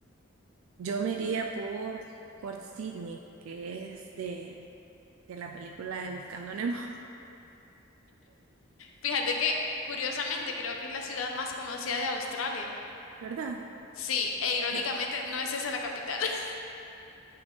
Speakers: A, on the right (about 80°); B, on the left (about 75°).
A: Yo me iría por, por Sidney, que es de, de la película de Buscando a Nemo,
B: Fíjate que, curiosamente, creo que es la ciudad más conocida de Australia.
A: <laughs> ¿verdad?
B: Sí, e irónicamente,
A: Yo.
B: no es esa la capital. <laughs>